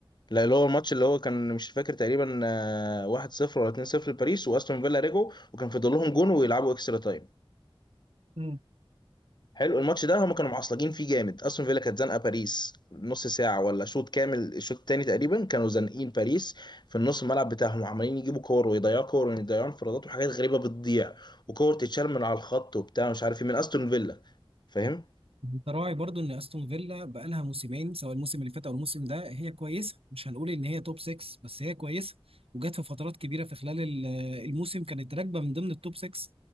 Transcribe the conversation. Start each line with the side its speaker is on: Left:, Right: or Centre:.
Left: لا اللي هو الماتش اللي هو كان مش فاكر تقريبا آه، 1-0 ولا 2-0 لباريس واستون فيلا رجعوا وكان فاضل لهم جون ويلعبوا اكسترا تايم
Right: ده
Left: حلو الماتش ده هم كانوا معصلجين فيه جامد استون فيلا كانت زنقه باريس نص ساعه ولا شوط كامل الشوط التاني تقريبا كانوا زانقين باريس في النص الملعب بتاعهم عمالين يجيبوا كور ويضيعوا كور ويضيعوا انفرادات وحاجات غريبه بتضيع وكور تتشال من على الخط وبتاع مش عارف ايه من استون فيلا فاهم
Right: انت راعي برضو ان استون فيلا بقالها موسمين سواء الموسم اللي فات او الموسم ده هي كويسه مش هنقول ان هي توب 6 بس هي كويسه وجت في فترات كبيره في خلال ال- آه، الموسم كانت راكبه من ضمن التوب 6